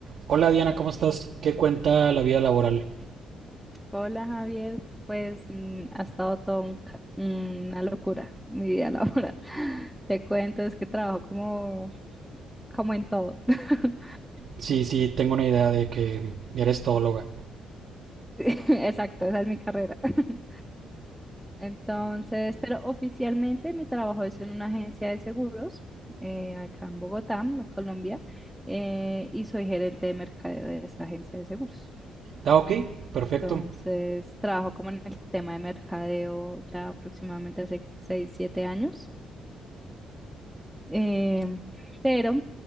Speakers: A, on the right (about 65°); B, in the centre.
A: Hola Diana, ¿cómo estás? ¿Qué cuenta la vida laboral?
B: Hola Javier, pues mm, ha estado todo un ca- una locura mi vida laboral. <laughs> Te cuento, es que trabajo como, como en todo. <laughs>
A: Sí, sí, tengo una idea de que eres todóloga.
B: Sí, Exacto, esa es mi carrera. <laughs> Entonces, pero oficialmente mi trabajo es en una agencia de seguros eh, acá en Bogotá, en Colombia, eh, y soy gerente de mercadeo de esta agencia de seguros.
A: Ah, ok, perfecto.
B: Entonces, trabajo como en el tema de mercadeo ya aproximadamente hace 6, 7 años. Eh, pero